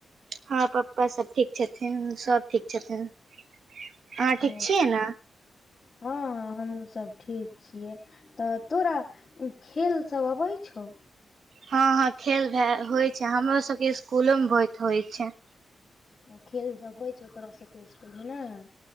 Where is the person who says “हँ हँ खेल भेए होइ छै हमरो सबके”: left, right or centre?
Right